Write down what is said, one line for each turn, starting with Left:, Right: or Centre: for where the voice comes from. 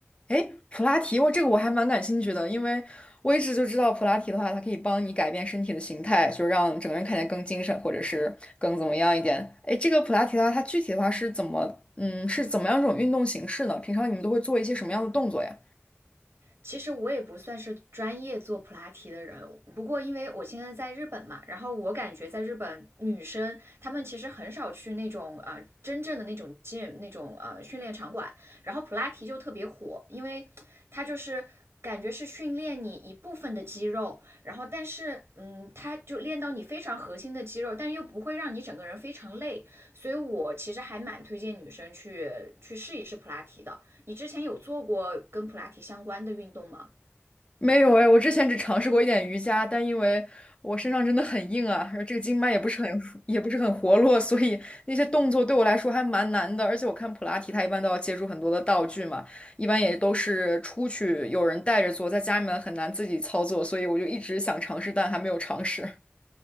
Left: 诶，普拉提，我这个我还蛮感兴趣的，因为我一直就知道普拉提的话，它可以帮你改变身体的形态，就让整个人看起来更精神，或者是更怎么样一点。诶，这个普拉提的话，它具体的话是怎么，嗯，是怎么样一种运动形式呢？平常你们都会做一些什么样的动作呀？
Right: 其实我也不算是专业做普拉提的人，不过因为我现在在日本嘛，然后我感觉在日本女生她们其实很少去那种呃真正的那种 gym 那种呃训练场馆，然后普拉提就特别火，因为它就是感觉是训练你一部分的肌肉，然后但是嗯，它就练到你非常核心的肌肉，但又不会让你整个人非常累，所以我其实还蛮推荐女生去去试一试普拉提的。你之前有做过跟普拉提相关的运动吗？
Left: 没有哎，我之前只尝试过一点瑜伽，但因为我身上真的很硬啊，而这个经脉也不是很 <laughs> 也不是很活络，所以那些动作对我来说还蛮难的。而且我看普拉提，它一般都要借助很多的道具嘛，一般也都是出去有人带着做，在家里面很难自己操作，所以我就一直想尝试，但还没有尝试。